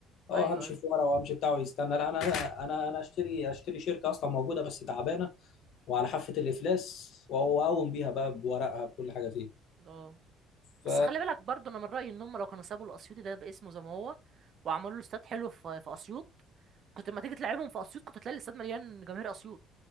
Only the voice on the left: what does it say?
اه
همشي
في ورق وهمشي بتاع ويستنى لا انا انا انا اشتري اشتري شركه اصلا موجوده بس تعبانه وعلى حافه الافلاس واقوم بيها بقى بورقها بكل حاجه فيها
ف